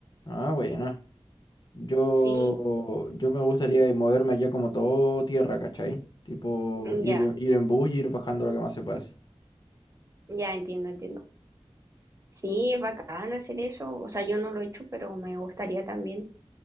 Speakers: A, on the left (about 45°); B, on the right (about 30°).
A: Ah, bueno. Yo,
B: Sí,
A: yo me gustaría moverme allá como todo tierra, ¿cachai? Tipo, ir,
B: ya,
A: en- ir en bus y ir bajando lo que más se pase.
B: ya entiendo, entiendo. Sí, es bacán hacer eso. O sea, yo no lo he hecho, pero me gustaría también.